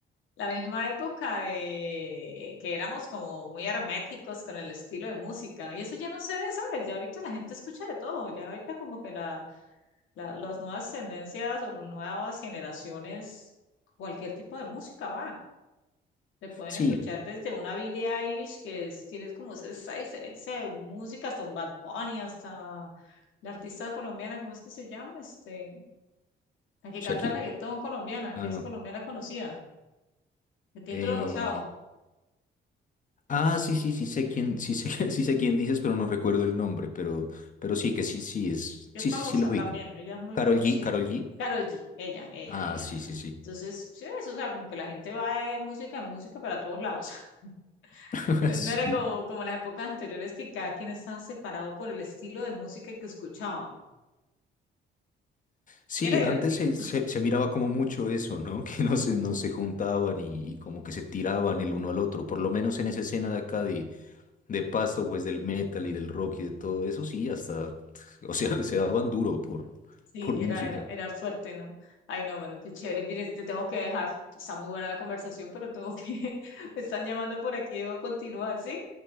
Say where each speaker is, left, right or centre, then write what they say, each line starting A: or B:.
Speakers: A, on the left (about 80°); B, on the left (about 40°).
A: La misma época de que éramos como muy herméticos con el estilo de música. Y eso ya no se ve, ¿sabes? Ya ahorita la gente escucha de todo. Ya ahorita como que la, la- las nuevas tendencias o las nuevas generaciones, cualquier tipo de música va. Te pueden
B: Sí,
A: escuchar desde una Billie Eilish que es- tienes como esa diferencia de música hasta un Bad Bunny, hasta la artista colombiana, ¿cómo es que se llama? Este, la que
B: Shakira.
A: canta reggaetón colombiana,
B: Ah,
A: que
B: no.
A: es colombiana conocida, que tiene
B: eh,
A: el pelo rosado.
B: Ah, sí, sí, sí sé quién, sí sé, <laughs> sí sé quién dices, pero no recuerdo el nombre, pero, pero sí, que sí, sí es,
A: que
B: sí,
A: es famosa
B: sí, sí lo ubico.
A: también, ella es muy
B: Carol
A: conocida.
B: G, Carol G.
A: Carol G, ella, ella,
B: Ah,
A: ella.
B: sí, sí, sí.
A: Entonces, sí, eso, o sea, como que la gente va de música en música para todos lados. <laughs>
B: <laughs>
A: No
B: Sí.
A: no era como, como las épocas anteriores que cada quien estaba separado por el estilo de música que escuchaba.
B: Sí,
A: Y era divertido.
B: antes se, se- se miraba como mucho eso, ¿no? <laughs> Que no se, no se juntaban y, y como que se tiraban el uno al otro, por lo menos en esa escena de acá de, de Pasto, pues del metal y del rock y de todo eso, sí, hasta, <laughs> o sea, se daban duro por,
A: Sí,
B: por
A: era,
B: música.
A: era, era fuerte, ¿no? Ay, no, bueno, qué chévere. Mire, te tengo que dejar. Está muy buena la conversación, pero tengo que, <laughs> me están llamando por aquí, debo continuar, ¿sí?